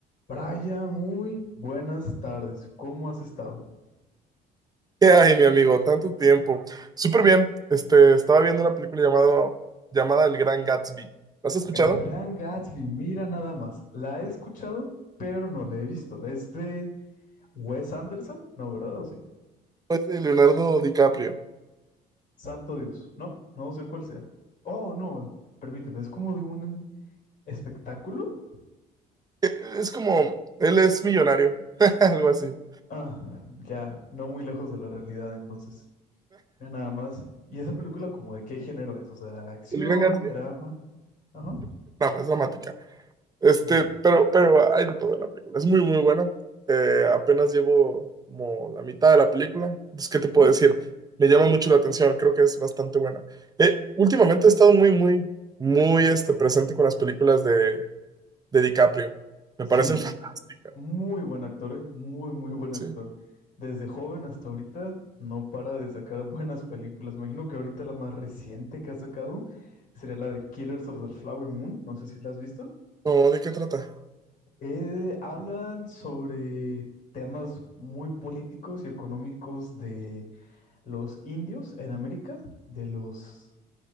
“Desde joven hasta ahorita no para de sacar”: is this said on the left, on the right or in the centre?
Left